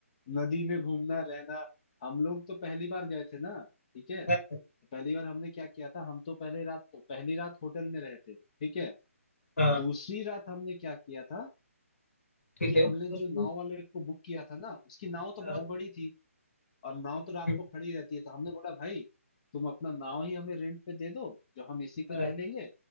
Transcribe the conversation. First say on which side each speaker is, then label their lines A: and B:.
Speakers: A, on the left; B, on the left.
A: नदी में घूमना रहना हम लोग तो पहली बार गए थे ना ठीक है
B: हाँ
A: तो पहली बार हमने क्या किया था हम तो पहली रात तो पहली रात होटल में रहे थे ठीक है
B: हाँ।
A: दूसरी रात हमने क्या किया था
B: ठीक
A: कि
B: है
A: हमने
B: उसमें
A: जो नाव वाले को बुक किया था ना उसकी नाव तो
B: हाँ,
A: बहुत बड़ी थी और नाव तो रात
B: हम्म,
A: को खड़ी रहती है तो हमने बोला भाई तुम अपना नाव ही हमें रेंट पे दे दो जो हम इसी
B: हाँ,
A: पे रह लेंगे